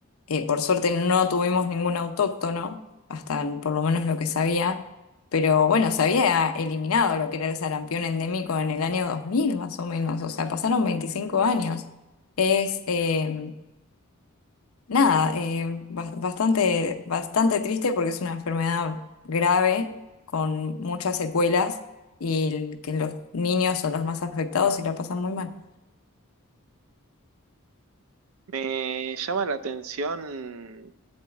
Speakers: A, on the left (about 80°); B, on the right (about 70°).
A: eh, por suerte no tuvimos ningún autóctono, hasta el- por lo menos lo que sabía, pero bueno, se había eliminado lo que era el sarampión endémico en el año 2000 más o menos, o sea, pasaron 25 años. Es, em, Nada, eh, ba- bastante, bastante triste porque es una enfermedad grave con muchas secuelas y el- que los niños son los más afectados y la pasan muy mal.
B: Me llama la atención